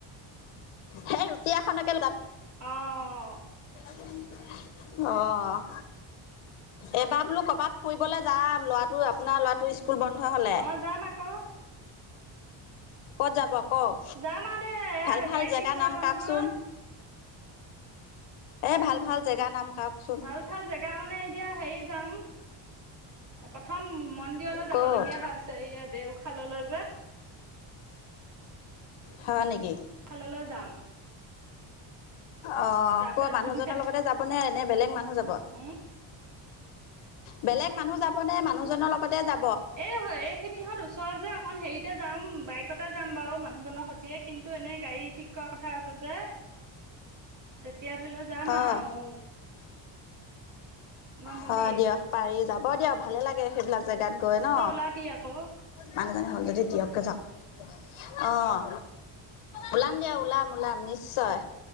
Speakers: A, on the left; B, on the right.
A: সেই ৰুটি এখনকে।
B: অহঁ।
A: অঁ এইবাৰ বোলো কৰবাত ফুৰিবলৈ যাম ল'ৰাটোৰ আপোনাৰ ল'ৰাটো স্কুল। বন্ধ হলে
B: অঁ যাম আক।
A: ক'ত যাব। কওক
B: যামা দে
A: ভাল ভাল
B: গাড়ী
A: জেগা
B: ঠিক কৰিব
A: নাম কওকচোন
B: নহয়।
A: এ ভাল ভাল জেগা নাম। কওকচোন
B: ভাল ভাল জেগা মানে এতিয়া। হেৰি যাম, প্ৰথম মন্দিৰলৈ যাবলগীয়া
A: ক'ত?
B: হৈছে। এই দেওশাললৈ যে।
A: হয় নেকি?
B: শাললৈ যাম।
A: অ'!
B: তাৰপিছত
A: ক' মানুহজনৰ
B: জুবিন ক্ষেত
A: লগতে যাব নে? নে বেলেগ মানুহ যাব?
B: উম,
A: বেলেগ মানুহ যাব নে? মানুহজনৰ লগতে যা
B: এই হয়। এইখিনিহঁত ওচৰ যে অকণ হেৰি, এতিয়া যাম, বাইকতে যাম বাৰু মানুহজনৰ সতিয়ে। কিন্তু, এনেই গাড়ী ঠিক কৰা কথা আছে যে। তেতিয়া ধৰি লওঁ যাম
A: হয়,
B: আও। গম
A: হয়
B: পালি!
A: দিয়ক পাৰি যাব দিয়ক ভালে লাগে। সেইবিলাক জেগাত গৈ ন'।
B: তই ওলাবি আকৌ।
A: মানুহজনী হ'ল যদি দিয়ককৈ যাওঁক। অ'! ওলাম দিয়া, ওলাম। ওলায় নি নিশ্চয়।